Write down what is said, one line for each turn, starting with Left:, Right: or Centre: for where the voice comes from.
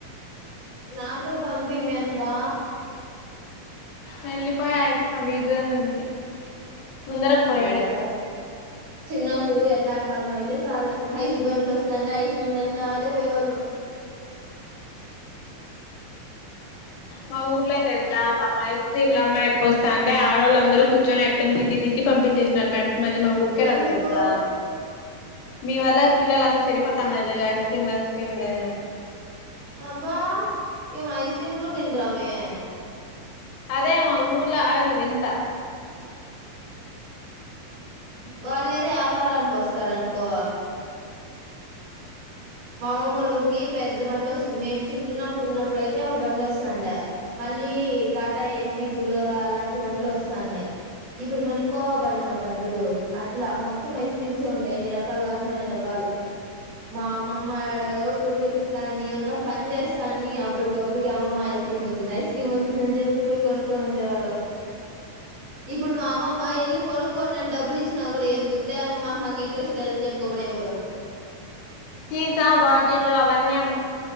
Right: నా కూడాడ పంపి మే అట్లా
Left: వెళ్ళిపోయా బీద్ర నుంచి ముందరకు పోయాడు
Right: అయ్యో చిన్నప్పుడు ఎండాకాలం అయితే చాలు హస్బెండ్లు వస్తున్నాంటే హై హస్బెండ్ అని కావాలి పోయేవాళ్ళం
Left: మా ఊర్లోయితే వెళ్తా పాప ఐస్ క్రీమ్లు అమ్మాయి ఎప్ప వస్తా అంటే ఆడళ్ళు అందరుూ కూర్చొని ఎయిపో తిట్టి తిట్టి పంపించేసిన మా మళ్ళీ మా ఊరికే రాల
Right: ఎందుకు
Left: తెలుసా మీ వల్ళ పిల్లంద చెడిపా తన్నారు ఐస్ క్రీమ్ ఐస్ క్రీమ్ని
Right: అబ్బా ఏం ఐస్ క్రీమ్ కూడా తింటమే
Left: అదే మా ఊర్లా ఆడలు వెంత
Right: వాళ్ళు ఏదో వ్యాపారానికి వస్తార అనుకో మా అమ్మమోలూరుకి పెద్ద బండి వస్తుంది మేము చిన్నప్పుడు ఉన్నప్పుడు అయితే ఒక బండి వస్తాండి మళ్ళీ ళ్ టాటా ఏసి బులోరా అలాంటి బంలు వస్తా ఉన్నాయి ఇప్పుడు మనకి కోవబడి అమ్ముతాడు చూడు అ ఇట్ మొత్తం ఐస్ క్రీమ్స్ ఉంటాయి రకాలు కాగాడి అన్ని రకాలు మా అమ్మమాడగ గుడ్లు ఉతుకుతాని ఏమన్నా పని చేస్తాని అప్పటికప్పుటికి అమమ్మా ఇస్త క్రీమ్ వచ్చంది ఐస్ క్రమ్ వచ్చిందని చెప్పే కొనుక్కని వచ్చే వాళ్ళం ఇప్పుడు మా అమ్మమ్మ వెళ్ళి కొనుక్కడి డబ్బు లి ఇచ్చినా కూడా ఎందుకులే అమమ్మా మాకు ఇంట్రెస్ట్ లేదని చెప్పి గమన అయిపోదాం
Left: సీసా బాటిల్న అవన్నీమ్